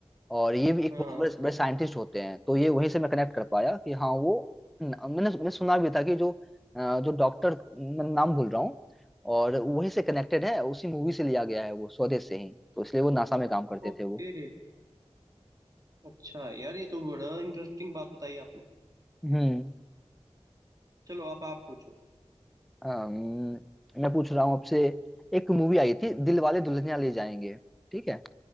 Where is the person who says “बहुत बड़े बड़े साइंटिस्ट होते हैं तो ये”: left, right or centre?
Centre